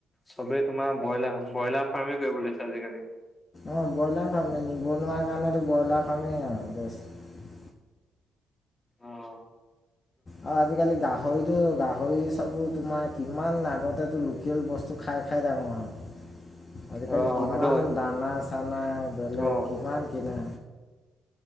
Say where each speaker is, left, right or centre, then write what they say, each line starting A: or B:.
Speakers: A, on the left; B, on the left.
A: চবেই তোমাৰ ব্ৰইলাৰ ব্ৰইলাৰ ফাৰ্মে কৰিব আজিকালি
B: অ ব্ৰইলাৰ ফাৰ্ম নে নিবনুৱা কাৰণেতো ব্ৰইলাৰ ফামেই আৰু বেষ্ট।
A: আহ
B: আৰু আজিকালি গাহৰি- এইটো গাহৰি চাব তোমাৰ কিমান আগতেটো লোকেল বস্তু খাই খাই ডাঙৰ ডাঙৰ হয়। আজিকালি
A: অ
B: কিমান
A: সেইটো হয়
B: দানা- চানা তৰিলওক বেলেগ
A: অ
B: কিমান কিনা।